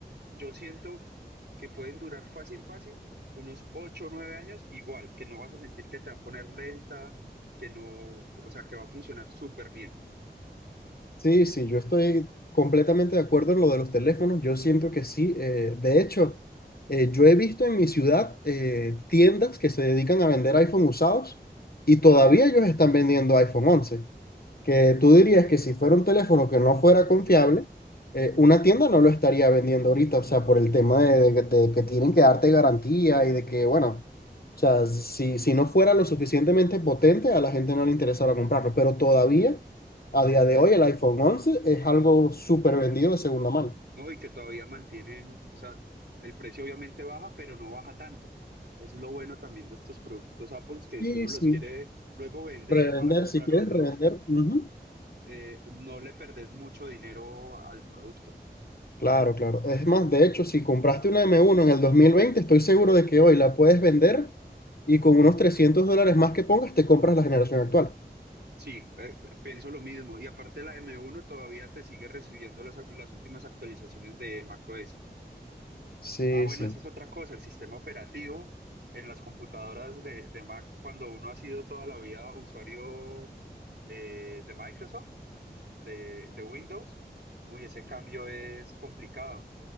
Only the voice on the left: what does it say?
Sí, sí, yo estoy completamente de acuerdo en lo de los teléfonos. Yo siento que sí. eh, de hecho, eh, yo he visto en mi ciudad eh, tiendas que se dedican a vender iPhone usados y todavía ellos están vendiendo iPhone once que tú dirías que si fuera un teléfono que no fuera confiable, eh, una tienda no lo estaría vendiendo ahorita, o sea, por el tema de, de- de que tienen que darte garantía y de que, bueno, o sea, si, si no fuera lo suficientemente potente, a la gente no le interesara comprarlo, pero todavía, a día de hoy, el iPhone 11 es algo súper vendido de segunda mano.
Sí,
sí.
Revender,
si quieres
revender. ujú.
Claro, claro. Es más, de hecho, si compraste una m uno en el 2020, estoy seguro de que hoy la puedes vender y con unos 300 dólares más que pongas, te compras la generación actual.
Sí,
sí.